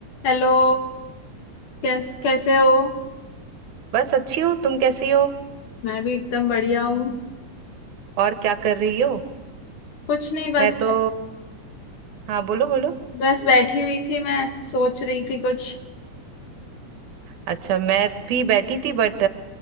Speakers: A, on the left; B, on the right.
A: Hello कै, कैसे हो
B: बस अच्छी हो तुम कैसी हो
A: मैं भी एकदम बढ़िया हूँ
B: और क्या कर रही हो
A: कुछ नहीं बस
B: मैं तो हाँ बोलो बोलो
A: बस बैठी हुई थी मैं सोच रही थी कुछ
B: अच्छा मैं भी बैठी थी बट